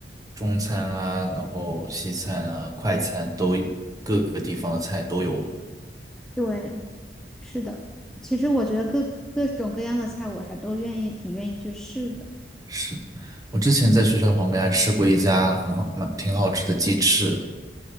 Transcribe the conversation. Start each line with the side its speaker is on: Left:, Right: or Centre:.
Right: 中餐啊，然后西餐啊，快餐都各个地方的菜都有。
Centre: 对，是的。其实我觉得各各种各样的菜，我还都愿意，挺愿意去试的。
Right: 是，我之前在学校旁边还吃过一家很好蛮挺好吃的鸡翅，